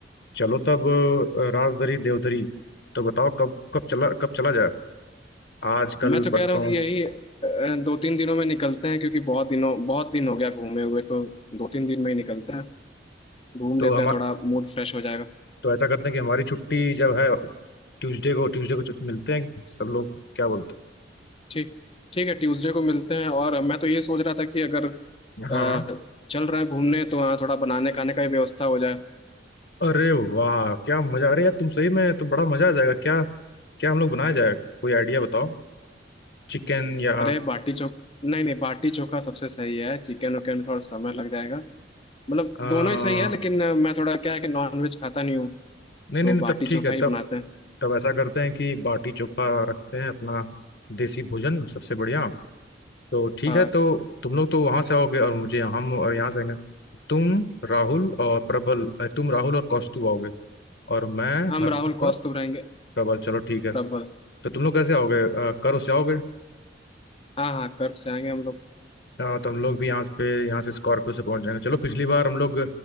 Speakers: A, on the left; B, on the left.
A: चलो तब आ, राजदरी देवदरी तो बताओ कब कब चला कब चला जाए आज कल
B: मैं तो
A: परसों
B: कह रहा हूँ कि यही अ, दो तीन दिनों में निकलते हैं क्योंकि बहुत दिनों बहुत दिन हो गया घूमे हुए तो दो तीन दिन में ही निकलते हैं घूम
A: तो
B: लेते
A: हम
B: हैं थोड़ा मूड फ्रेश हो जाएगा
A: तो ऐसा करते हैं कि हमारी छुट्टी जब है ट्यूसडे को ट्यूसडे को छुट्टी मिलते हैं सब लोग क्या बोलते
B: ठीक ठीक है ट्यूसडे को मिलते हैं और मैं तो ये सोच रहा था कि अगर अ,
A: हैं हाँ
B: चल रहे हैं घूमने तो वहाँ थोड़ा बनाने खाने का भी व्यवस्था हो जाए
A: अरे वाह क्या मजा आ रहा है यार तुम सही में तो बड़ा मजा आ जाएगा क्या क्या हम लोग बनाया जाए कोई आइडिया बताओ चिकन या
B: अरे बाटी चोख नहीं नहीं बाटी चोखा सबसे सही है चिकन उकन में थोड़ा समय लग जाएगा मतलब
A: आ,
B: दोनों ही सही है लेकिन
A: नहीं
B: अ, मैं थोड़ा क्या है कि नॉनवेज खाता नहीं हूँ
A: नहीं नहीं,
B: तो
A: तब
B: बाटी
A: ठीक
B: चोखा
A: है
B: ही
A: तब
B: बनाते हैं
A: तब ऐसा करते हैं कि बाटी चोखा रखते हैं अपना देसी भोजन सबसे बढ़िया तो ठीक
B: हाँ
A: है तो तुम लोग तो वहां से आओगे और मुझे हम और यहाँ से आएंगे तुम राहुल और प्रबल अ, तुम राहुल और कौस्तु आओगे और मैं
B: हम
A: हर्षित
B: राहुल कौस्तुभ
A: और
B: रहेंगे
A: प्रबल चलो ठीक है
B: प्रबल
A: तो तुम लोग कैसे आओगे अ, कर से आओगे
B: हाँ हाँ कर्ब से आएंगे हम लोग
A: हाँ तो हम लोग भी यहाँ पे यहाँ से स्कॉर्पियो से पहुंच जाएंगे चलो पिछली बार हम लोग